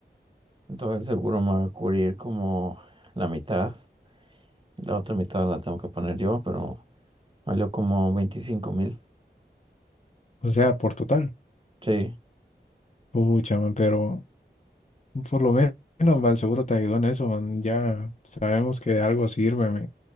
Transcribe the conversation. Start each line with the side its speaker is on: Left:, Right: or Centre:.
Right: entonces el seguro me va a cubrir como la mitad, y la otra mitad la tengo que poner yo, pero valió como veinticinco mil.
Left: O sea, por total.
Right: Sí.
Left: Pucha, man, pero por lo menos, man, seguro te ayudó en eso, man. Ya sabemos que de algo sirve, men.